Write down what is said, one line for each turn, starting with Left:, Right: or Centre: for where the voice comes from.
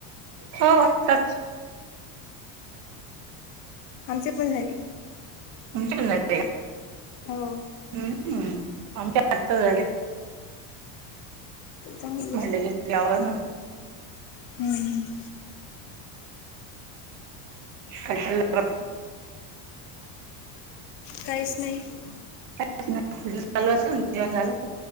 Right: हो वातच.
Left: आमचे पण झाले.
Right: त पन
Left: हो.
Right: हम्म आमच्या आत झाडी
Left: चांगली
Right: मंड या ना.
Left: हम् हम्.
Right: कटला
Left: काहीच नाही.
Right: का चालू असेल जण झालं.